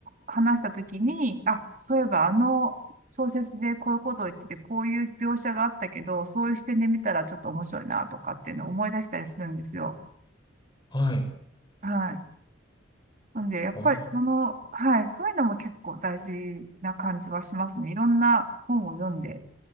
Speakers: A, on the right (about 40°); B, on the left (about 25°).
A: 話したときに、あ、そういえばあの小説でこういうことを言ってて、こういう描写があったけど、そういう視点で見たらちょっと面白いなとかっていうのを思い出したりするんですよ。
B: あ、はい、
A: はい。なんで、やっぱりその、
B: あー
A: はい、そういうのも結構大事な感じはしますね。いろんな本を読んで、